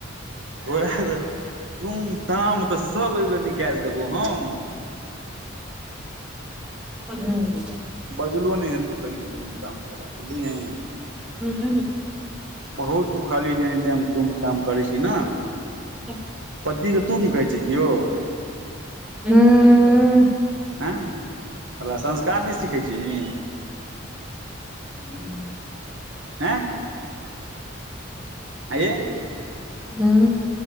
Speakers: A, on the right (about 65°); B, in the centre.
A: तोरा त तूं काम तऽ सब एहि बेर निकालि देबौ हम
B: <unintelligible>
A: झलो नहि है तो कहि हो तुम काम तोरा बुझली हीं
B: ह्म ह्म
A: बहुत तु खाली ऐनी टेम तूम ताम करै छै ही ना
B: ा <unintelligible>
A: पतिके तुम कहै छै कियो
B: उं
A: ऐं हमरा संस्कार नहि सीखै छी ही
B: <inaudible>
A: आँय ऐंयै
B: हुं